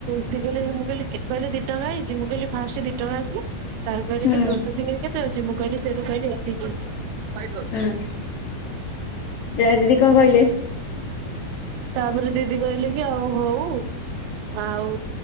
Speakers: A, on the right; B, on the left.
A: ସିଏ କହିଲେ ମୁଁ କହିଲି କି କହିଲେ ଦି ଟଙ୍କା ଆଇଛି ମୁଁ କହିଲି ଫାଷ୍ଟ ଦି ଟଙ୍କା ଆସିଲା ତାପରେ କହିଲେ
B: ହୁଁ
A: କି ପ୍ରୋସେସିଂରେ କେତେ ଅଛି ମୁଁ କହିଲି ସେଇଠୁ କହିଲି ଏତିକି ହେଇଛି।
B: ଆଜ୍ଞା। ଜୟା ଦିଦି କଣ କହିଲେ?
A: ତାପରେ ଦିଦି କହିଲେ କି ଆଉ ହଉ ଆଉ